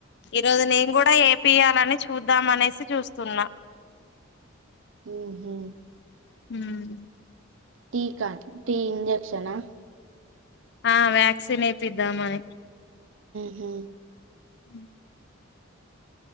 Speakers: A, on the left (about 55°); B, on the right (about 65°).
A: ఈరోజు నేను గుడా ఏపియ్యాలని చుద్దాం అనేసి చూస్తున్నా
B: ఉహు
A: ఉమ్
B: టీకా టీ ఇంజెక్షన్ అ
A: ఆ వ్యాక్సిన్ ఏపిద్దామని
B: ఉ మ్
A: మ్